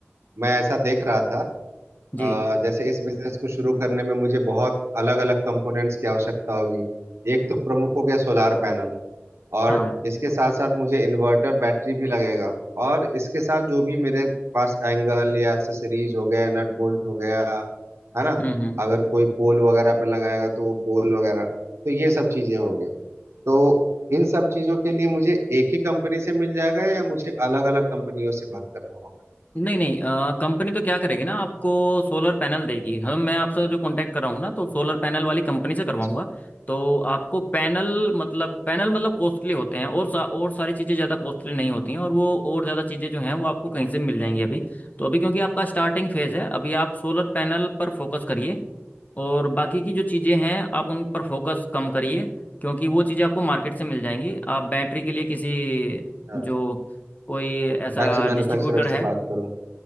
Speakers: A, on the right; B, on the left.
A: मैं ऐसा देख रहा था
B: जी
A: अ, जैसे इस बिजनेस को शुरू करने में मुझे बहुत अलग अलग कंपोनेंट्स की आवश्यकता होगी एक तो प्रमुख हो गया सोलार पैनल और
B: हाँ
A: इसके साथ साथ मुझे इन्वर्टर बैटरी भी लगेगा और इसके साथ जो भी मेरे पास एंगल या एक्सेसरीज हो गया नट बोल्ट हो गया है ना
B: हम्म हम्म
A: अगर कोई पोल वगैरह पे लगाएगा तो वो पोल वगैरह तो ये सब चीजें हो गई तो इन सब चीजों के लिए मुझे एक ही कंपनी से मिल जाएगा या मुझे अलग अलग कंपनियों से बात करना होगा
B: नहीं नहीं अ, कंपनी तो क्या करेगी ना आपको सोलर पैनल देगी हम मैं आपसे जो कांटेक्ट कर रहा हूँ ना तो सोलर पैनल वाली कंपनी से करवाऊंगा
A: अच्छा
B: तो आपको पैनल मतलब पैनल मतलब कॉस्टली होते हैं और सा, और सारी चीज़ें ज़्यादा कॉस्टली नहीं होती हैं और वो और ज़्यादा चीज़ें जो हैं वो आपको कहीं से मिल जाएंगी अभी तो अभी क्योंकि आपका स्टार्टिंग फेज़ है अभी आप सोलर पैनल पर फोकस करिए और बाकी की जो चीज़ें हैं आप उन पर फोकस कम करिए क्योंकि वो चीज़ें आपको मार्केट से मिल जाएंगी आप बैटरी के लिए किसी
A: हाँ
B: जो कोई ऐसा
A: बैटरी मैन्युफैक्चरर
B: डिस्ट्रीब्यूटर है
A: से बात करूं